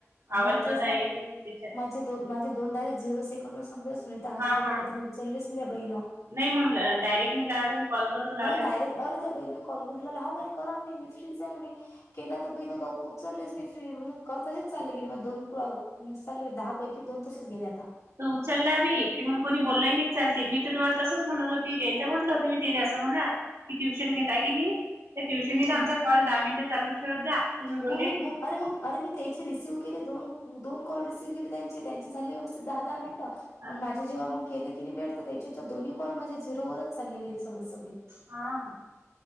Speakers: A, on the left; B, on the right.
A: हाव
B: आवाज नव्हता
A: तेच ना
B: येत त्याच्यात.
A: माझे दो माझे दोन डायेक्ट झिरो सेकंड वर संपलं. सुनीता हाके
B: हा हा
A: न उचललीस नाही त्या बाईंना.
B: नाही. मग, डायरेक्टी लावायचा नाही. कॉल करून लावाय
A: डायरेक्ट अर त्या बैला मी कॉल करूनला ह करा म्हणे मी तशीच आहे म्हणे केला तर बहीण लवकर. उचलेच नाही फ्री म्हणजे की तशीच चालले गेली. मग दोन कॉल म्हणजे? दहा पैकी दोन तसेच गेले आता.
B: त उचललावी की मग कोणी बोललाही नाही चालते, मी तर तुम्हा तसच म्हणत होती तेल तर म्हटलं हो त म्हटले असं म्हणा. की ट्युशन घेताय की नाही. त्या ट्युशन
A: हं,
B: नी
A: हं.
B: आमचा
A: हं.
B: कॉल दहा मिनिटं चालू ठेवत जा. तुम्ही बोलले
A: मग. मी. म. अरे! मग, अरे मी त्याचे रिसीव्ह केले दोन मग दोन कॉल रिसीव्ह केले. त्यांचे, त्यांचे झाले व्यवस्थित. दहा, दहा मिनिटं
B: हा
A: आणि माझे जेव्हा मग. केलं की नाही वेट तर, त्याच्या दोन्ही कॉल माझे झिरो वरच चालले गेले. सगळेच सगळे.
B: हा